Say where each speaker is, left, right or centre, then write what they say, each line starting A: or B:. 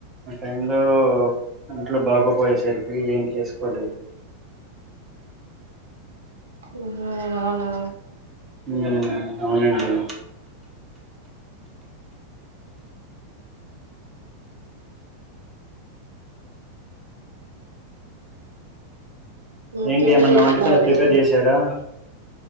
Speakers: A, on the right; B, on the right.
A: ఆ టైం లో ఇంట్లో బాగో పోయేసరికి ఏం చేసుకోలేదు <inaudible>
B: ఉహు అవునా
A: ఉం అవునండి
B: ఇంకేం
A: ఏంటి ఏమన్నా
B: చేస్తున్నారు
A: వంటకల్లో ప్రిపేర్ చేశారా